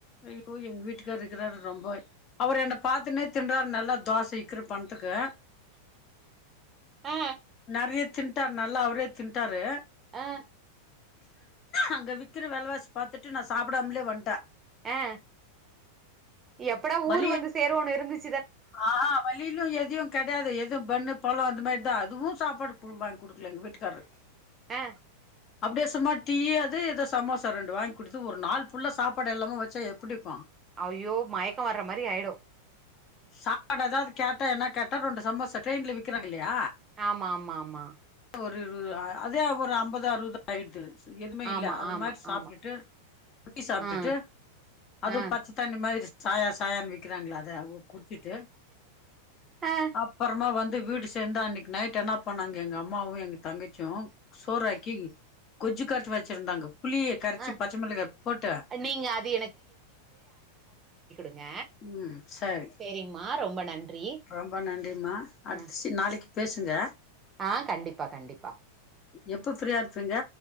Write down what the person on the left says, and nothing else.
ஐயோ எங்க வீட்டுக்காரு இருக்கறாரு ரொம்ப அவர் என்ன பாத்துன்னே தின்றாரு நல்லா தோச சீக்கிரம் பண்த்துக்கு
நறைய தின்றார் நல்லா அவுரே திண்ட்டாரு
அங்க விக்கிற வெலவாசி பாத்துட்டு நான் சாப்டாமலே வந்த்தேன்
வலி
ஆ வலி இல்லங்கே இதயும் கடையாது எதும் பண்ணு பழம் அந்த மாதிரிதான் அதுவும் சாப்பாடு புல்லா வாங்கி கொடுக்கல எங்க வீட்டுக்காரரு
அப்பிடியே சும்மா டீ அது இதோ சமோசா ரெண்டு வாங்கி குடுத்து ஒரு நாலு ஃபுல்லா சாப்பாடு இல்லாம வச்சா எப்பிடி இருக்கும்
சாப்பாடு ஏதாவது கேட்டா என்ன கேட்டா ரெண்டு சமோச ட்ரெயின்ல விக்கிறாங்க இல்லையா
ஒரு அதே ஒரு அம்பது அறுவது ஆயிடுது எதுமே
இல்ல அது
மாரி சாப்டுட்டு
ரொட்டி சாப்டுட்டு
அதுவு பச்ச தண்ணி மாதிரி சாயா சாயன் விக் இருக்கிறாங்களா அத குடிச்சிட்டு
அப்பறமா வந் வீடு சேர்ந்து அன்னக்கு நைட் என்ன பண்ணாங்க எங்க அம்மாவு எங்க தங்கச்சியு சோறாக்கி கொஜு கரச் வச்சிருந்தாங்க புளிய
கரைச்சி
பச்ச மிளகாய போட்டு
ம் சரி
ரொம்ப நன்றிமா அடுத்தச்சி
நாளைக்கு பேசுங்க
எப்ப ஃபிரீயா இருப்பீங்க